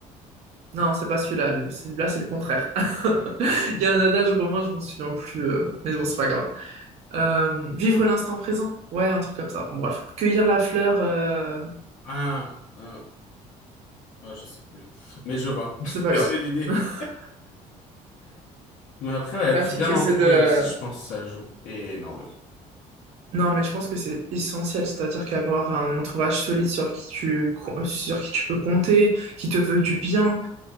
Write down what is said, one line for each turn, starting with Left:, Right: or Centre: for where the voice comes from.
Right: Non, c'est pas celui-là. le- Celui-là, c'est le contraire. <laughs>
Left: Ah,
Right: Il y a un adage romain, je me souviens plus. euh, Mais bon, c'est pas grave. Euh, vivre l'instant présent. Ouais, un truc comme ça. Bon, bref. Cueillir la fleur, euh,
Left: ah, euh, oh, je sais plus. Mais je vois,
Right: c'est
Left: <laughs>
Right: pas
Left: j'ai
Right: grave.
Left: l'idée.
Right: <laughs>
Left: Mais après, ouais,
Right: La
Left: être
Right: fille
Left: bien
Right: qui essaie
Left: entouré
Right: de...
Left: aussi, je pense que ça joue énormément.
Right: Non, mais je pense que c'est essentiel, c'est-à-dire qu'avoir un entourage solide sur qui tu, sur qui tu peux compter, qui te veut du bien,